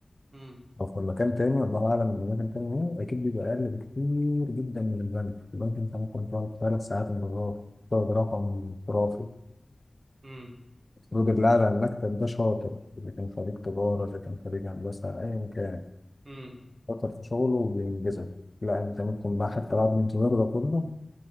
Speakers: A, on the right (about 65°); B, on the left (about 35°).
A: امم
B: أو في مكان تاني الله أعلم المكان تاني إيه أكيد بيبقى أقل بكتير جدا من البنك البنك أنت ممكن تقعد ثلاث ساعات انتظار تقعد رقم خرافي
A: امم
B: المفروض اللي قاعد على المكتب ده شاطر إذا كان خريج تجارة إذا كان خريج هندسة أيا كان
A: امم
B: شاطر في شغله وبينجزك لا انت ممكن بقى حتى بعد الانتظار ده كله